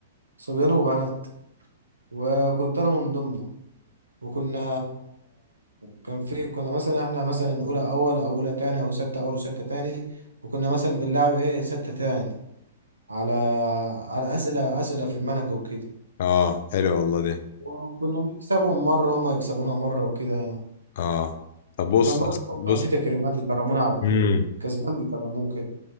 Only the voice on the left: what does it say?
اه حلو والله ده
اه طب بص
بص
مم.